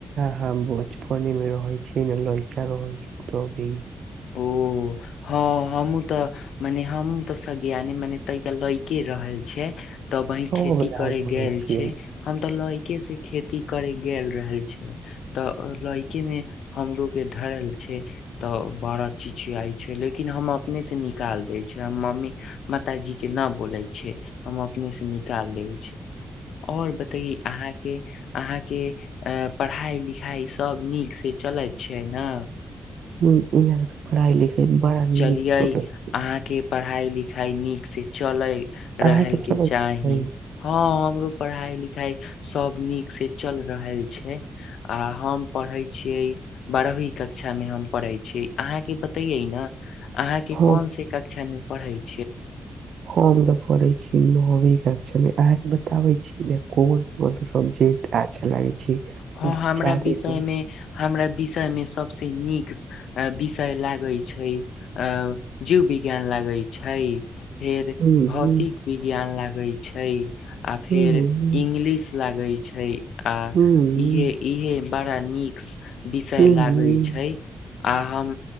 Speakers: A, on the right; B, on the left.
A: ह बचपने मे रहै छै ने लयका रहै छै तभी
B: ओ हँ हमहूँ तऽ मने हमहूँ तऽ सगिआने मने तहिके लैके रहल छियै तबहिं
A: सब
B: खेती
A: याद
B: करय
A: रहे
B: गेल
A: छियै
B: छै हम तऽ लयके से खेती करय गेल रहय छै तऽ लइके मे हमरो के धरल छै तऽ बड़ा चिचियाइ छै लेकिन हम अपने से निकाल दै छै हम मम्मी माताजी के न बोलै छै हम अपने से निकाल देब छी आओर बतइए अहाँके अहाँके अ पढ़ाइ लिखाइ सभ नीक से चलैत छै ने
A: ह इहां तऽ पढ़ाई लिखाई बड़ा
B: चलियै
A: नीक चलय छै
B: अहाँके पढ़ाई लिखाई नीक से चलय रहल
A: अहाँ
B: के
A: चले
B: चाही
A: छै
B: हँ हमरो पढ़ाई लिखाई सब नीक से चल रहल छै आ हम पढ़े छियै बारहवीं कक्षा मे हम पढ़े छियै अहाँ के बतइये न अहांके
A: हम
B: कोन से कक्षा में पढ़ैत
A: हम तऽ पढय छी नवीं कक्षा में अहां के बताबे छी ने कोन कोन सबजेक्ट अच्छा लागे छै
B: हँ
A: दू
B: हमरा
A: चार
B: विषय
A: गो
B: मे हमरा विषय मे सभसे नीक अ विषय लागै छै अ जीव विज्ञान लागै छै फेर
A: हम्म
B: भौतिक विज्ञान लागै छै आ फेर
A: हम्म
B: इंग्लिश लागे छै आ
A: हम्म
B: इहे इहे बड़ा नीक विषय
A: हम्म
B: लागै छै आ हम